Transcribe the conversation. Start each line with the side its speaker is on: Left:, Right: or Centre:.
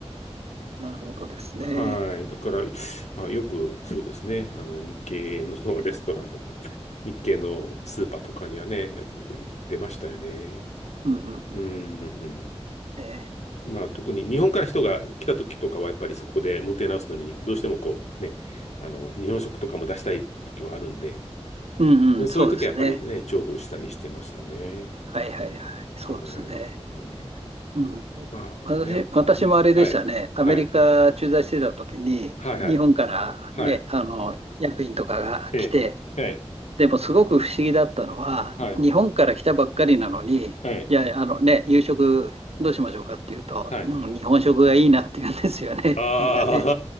Right: なるほどですね。
Left: はい。だから、まあ、よく、そうですね。あの、日系の <laughs> レストランとか、<laughs> 日系のスーパーとかにはね、よく行ってましたよね。
Right: うん、うん、うん。
Left: うん。うんうん
Right: ええ、
Left: まあ、特に日本から人が来た時とかは、やっぱりそこでもてなすのに、どうしてもこう、ね、あの、日本食とかも出したい時もあるんで、
Right: うん、
Left: うんそういう時はやっぱりね、
Right: うん、そうですね。
Left: 重宝したりしてましたね。
Right: はい、はい、はい。
Left: はい。
Right: そうですね。
Left: うん、
Right: うん。
Left: まあ、
Right: 私、
Left: でもやっ、
Right: 私もあれでしたね。
Left: うん。はい。
Right: アメリカ駐在してた時に、
Left: はい。はいはい。
Right: 日本からね、
Left: はい。
Right: あの、役員とかが来て、
Left: ええ。ええ。
Right: でもすごく不思議だったのは、
Left: はい。
Right: 日本から来たばっかりなのに、
Left: はい。
Right: じゃあ、あのね、夕食どうしましょうかっていうと、
Left: はい。
Right: うん、日本食がいいなって言うんですよね、
Left: あ
Right: <laughs> みんなね。